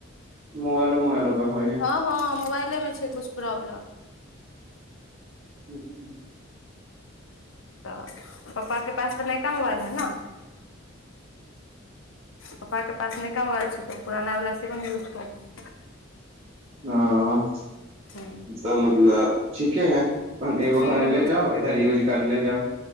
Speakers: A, on the right (about 30°); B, on the left (about 85°).
A: मोबइलो मोबइले कऽ हो हइ
B: हँ हँ मोबाइले मे छै कुछ प्रॉब्लम
A: <unintelligible>
B: तऽ पप्पा कऽ पास तऽ नयका मोबाइल हैय नऽ पप्पा के पास नयका मोबाइल छै तऽ पुराना वाला शिवम यूज करै छै
A: हँ
B: छै
A: तऽ मतलब ठीके हैय ओनहर एगो
B: हूँ
A: हरेले जाउ इधर यूज करले जाउ